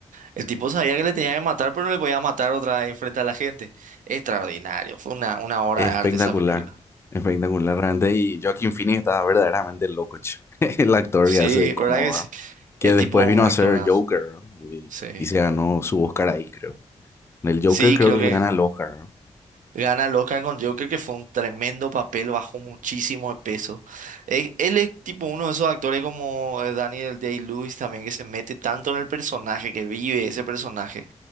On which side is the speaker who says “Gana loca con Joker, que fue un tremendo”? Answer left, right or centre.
Right